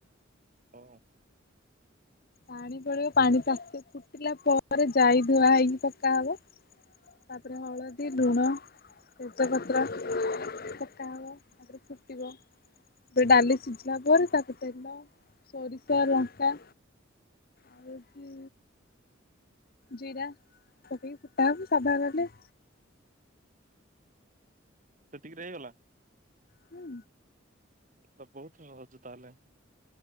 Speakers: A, on the right; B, on the left.
A: ଓ ହ।
B: ପାଣି ପଡିବ ପାଣି ତାତି ଫୁଟିଲା ପରେ ଯାଇ ଧୁଆ ହେଇକି ପକା ହବ। ତାପରେ ହଳଦୀ ଲୁଣ ତେଜ ପତ୍ର ପକା ହବ। ସେ ଫୁଟିବ। ଏ ଡାଲି ସିଝିଲା ପରେ ତାକୁ ତେଲ ସୋରିଷ ଲଙ୍କା ଆଉ କି ଜିରା ପକେଇକି ଫୁଟା ହବ <inaudible>
A: ସେତିକିରେ ହେଇଗଲା।
B: ହୁଁ
A: ତ ବହୁତ ସହଜ ତାହେଲେ।